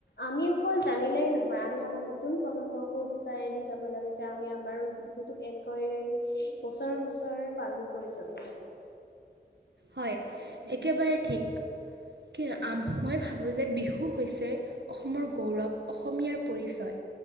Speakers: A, on the left; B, on the right.
A: আমি অকল জানিলেই নহয়, আমি আমাৰ নতুন প্ৰজন্মকো শিকাই দি যাব লাগে যে আমি আমাৰো বিহুটোক এনেকৈয়ে বছৰে, বছৰে পালন কৰি যাব লাগে।
B: হয়, একেবাৰে ঠিক। কি, মই ভাবোঁ যে বিহু হৈছে অসমৰ গৌৰৱ, অসমীয়াৰ পৰিচয়